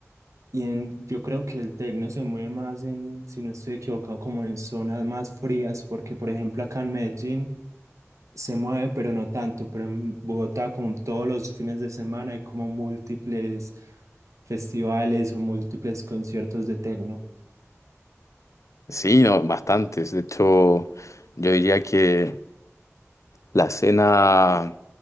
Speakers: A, on the right (about 85°); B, on the left (about 80°).
A: y en- yo creo que el tecno se mueve más en, si no estoy equivocado, como en zonas más frías, porque, por ejemplo, acá en Medellín se mueve, pero no tanto, pero en Bogotá, como todos los fines de semana, hay como múltiples festivales o múltiples conciertos de tecno.
B: Sí, no, bastantes. De hecho, yo diría que la escena,